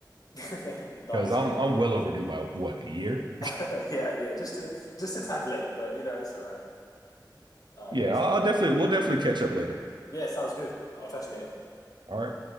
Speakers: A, on the left; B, on the right.
A: <laughs> Nice,
B: because I'm
A: yeah,
B: I'm well overdue by what a year.
A: <laughs> yeah, yeah. Just a just a tad late, but you know it's all right. All right,
B: Yeah,
A: nice,
B: I'll,
A: yeah,
B: I'll definitely we'll definitely catch up later.
A: yeah. Sounds good. I'll chat to you later.
B: All right.